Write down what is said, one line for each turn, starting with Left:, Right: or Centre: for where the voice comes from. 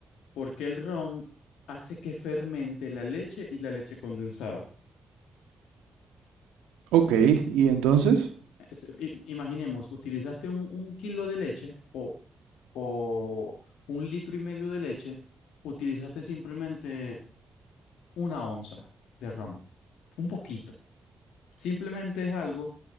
Left: porque el ron hace que fermente la leche y la leche condensada.
Right: Ok, ¿y entonces?
Left: es- i- imaginemos, utilizaste un, un kilo de leche o, o un litro y medio de leche, utilizaste simplemente una onza de ron, un poquito. Simplemente es algo